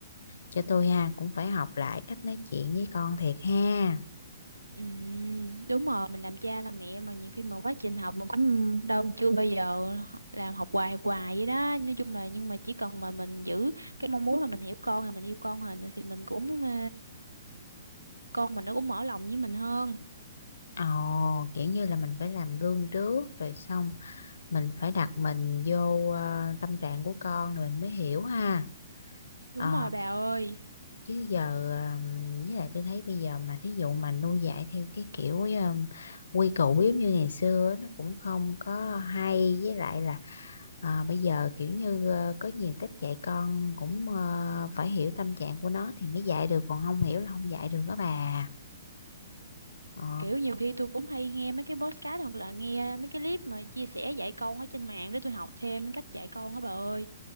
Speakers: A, on the left; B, on the right.
A: cho tôi ha, cũng phải học lại cách nói chuyện với con thiệt ha.
B: Ừ, đúng rồi mình làm cha làm mẹ mà nhiều khi mà quá trình học mình cũng đâu chưa bao giờ làm học hoài hoài vậy đó nói chung là nhưng mà chỉ cần mà mình giữ cái mong muốn là mình hiểu con rồi mình yêu con rồi thì mình cũng ờ, con mình nó cũng mở lòng với mình hơn
A: Ồ, kiểu như là mình phải làm gương trước rồi xong mình phải đặt mình vô ờ, tâm trạng của con rồi mình mới hiểu ha.
B: đúng
A: Ờ,
B: rồi bà ơi
A: chứ giờ ờm, với lại tôi thấy bây giờ mà thí dụ mà nuôi dạy theo cái kiểu um, quy củ giống như ngày xưa á, nó cũng không có hay với lại là Ờ, bây giờ kiểu như ờ, có nhiều cách dạy con cũng ờ, phải hiểu tâm trạng của nó thì mới dạy được còn không hiểu là không dạy được đó bà ờ
B: kiểu nhiều khi tôi cũng hay nghe mấy cái podcast hoặc là nghe mấy cái clip mà chia sẻ dạy con ở trên mạng để tôi học thêm cách dạy con á bà ơi